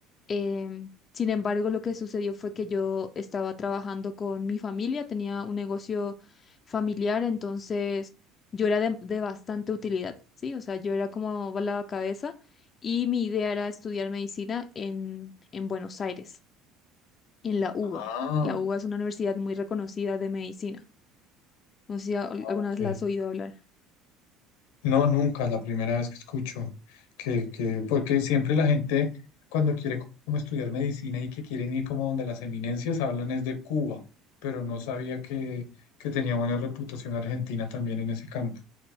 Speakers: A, on the left (about 40°); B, on the left (about 80°).
A: em, sin embargo, lo que sucedió fue que yo estaba trabajando con mi familia, tenía un negocio familiar, entonces yo era de, de bastante utilidad, ¿sí? O sea, yo era como la cabeza y mi idea era estudiar medicina en, en Buenos Aires, en la UBA.
B: Ah,
A: La UBA es una universidad muy reconocida de medicina. No sé si a- alguna
B: ok.
A: vez la has oído hablar.
B: No, nunca, la primera vez que escucho. Que, que, porque siempre la gente, cuando quiere como estudiar medicina y que quieren ir como donde las eminencias, hablan es de Cuba, pero no sabía que, que tenía buena reputación Argentina también en ese campo.